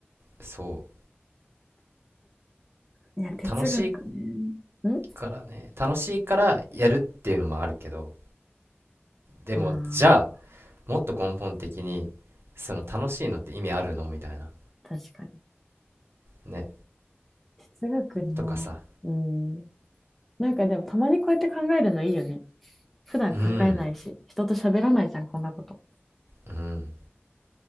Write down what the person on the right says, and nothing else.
そ
う。楽しい
からね、楽しいからやるっていうのもあるけど、でも、
じゃあ、もっと根本的にその楽しいのって意味あるのみたいな
ね
とかさ
うん
うん